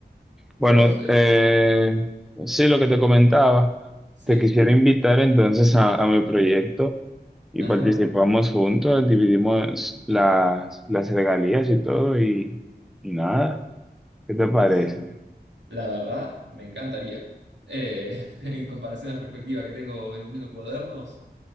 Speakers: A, in the centre; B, on the right.
A: Bueno,
B: ¿Vos? Eh,
A: eh, sí, lo que te comentaba,
B: sí.
A: te quisiera invitar entonces a, a mi proyecto. y
B: Ajá.
A: participamos juntos, dividimos las, las regalías y todo y, y nada. ¿Qué te parece?
B: Uf, la verdad, me encantaría. Eh, <laughs> en comparación a la perspectiva que tengo vendiendo cuadernos,